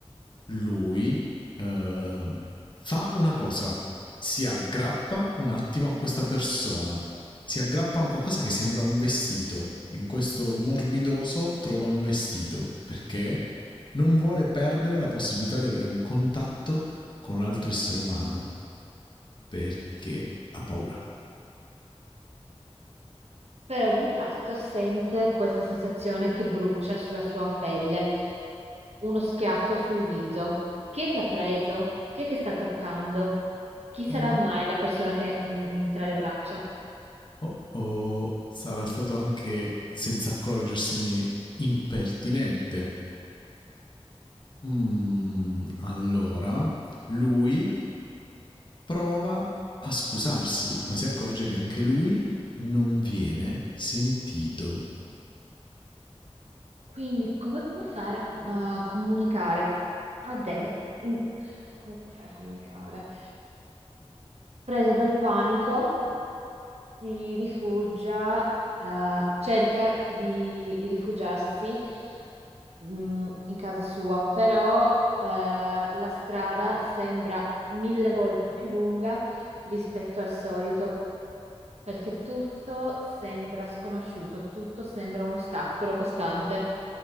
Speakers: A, on the left; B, on the right.
A: lui eh, fa una cosa, si aggrappa un attimo a questa persona, si aggrappa a un qualcosa che sembra un vestito, in questo morbidoso trova un vestito perché non vuole perdere la possibilità di avere un contatto con un altro essere umano perché ha paura.
B: Però ad un tratto sente questa sensazione che brucia sulla sua pelle, uno schiaffo sul viso. Chi è che ha preso? Chi è che sta toccando? Chi sarà
A: O,
B: mai la persona che mm, mm, tra le braccia?
A: o- o sarà stato anche senza accorgersene impertinente. Mm, allora, lui prova a scusarsi, ma si accorge che anche lui non viene sentito.
B: Quindi come può fare a, a comunicare a de- in- come può fare a comunicare? Presa dal panico, si rifugia, eh, cerca di rifugiarsi, mh, in casa sua, però, eh, la strada sembra mille volte più lunga rispetto al solito perché tutto sembra sconosciuto, tutto sembra un ostacolo costante